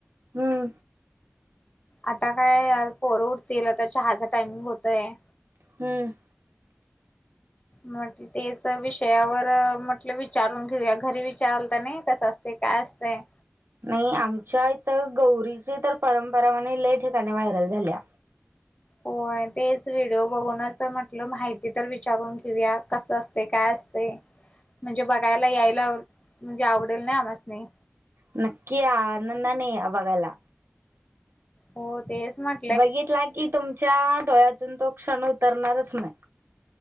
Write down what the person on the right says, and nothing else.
हूं
हम्म
नाही आमच्या इथ गौरीचे तर परंपरा म्हणे लय ठिकाणी व्हायरल झाल्या.
नक्की या. आनंदान या बघाला.
बघितला की तुमच्या डोळ्यातून तो क्षण उतरणारच नाय.